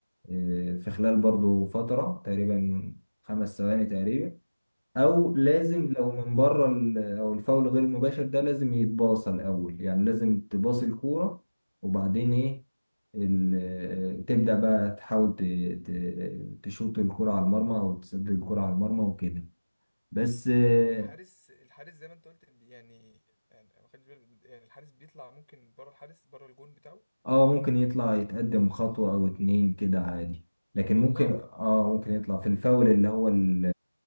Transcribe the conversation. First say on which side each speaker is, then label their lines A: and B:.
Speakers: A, on the left; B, on the left.
A: آه، في خلال
B: امم
A: برضو فترة تقريبا خمس ثواني تقريبا او لازم
B: امم
A: لو من بره ال- او الفاول غير مباشر ده لازم يتباصى الاول يعني لازم تباصي الكوره وبعدين ايه ال- تبدا بقى تحاول ت- ت- تشوط الكوره على المرمى او تسدد الكوره على المرمى وكده بس اه
B: وال- والحارس الحارس زي ما انت قلت بي- يعني يعني أنا ما خدتش بالي يعني الحارس بيطلع ممكن بره الحارس بره الجون بتاعه
A: آه، ممكن يطلع يتقدم خطوه او اتنين كده عادي لكن
B: والله
A: ممكن اه ممكن يطلع في الفاول اللي هو ال-